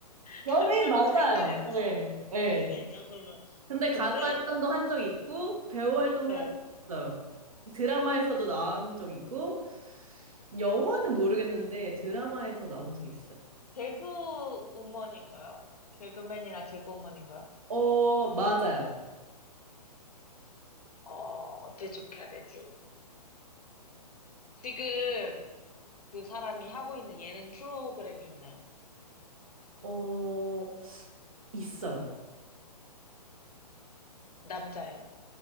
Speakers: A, on the left (about 65°); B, on the right (about 55°).
A: <laughs>
B: 연예인
A: 잠시만요.
B: 맞아요.
A: 제 헷갈려졌어요.
B: 네. 네.
A: 아, 연예인이요? 그러면
B: 근데 가수
A: 근데
B: 활동도 한 적 있고 배우 활동도
A: 네.
B: 한 적 있어요. 드라마에서도 나온 적 있고 영화는 모르겠는데 드라마에서 나온 적 있어요.
A: 개그우먼인가요? 개그맨이나 개그우먼인가요?
B: 어, 맞아요.
A: 어, 어떻게 좁혀야 되지? 지금 그 사람이 하고 있는 예능 프로그램이 있나요?
B: 어, 있어요.
A: 남자예요?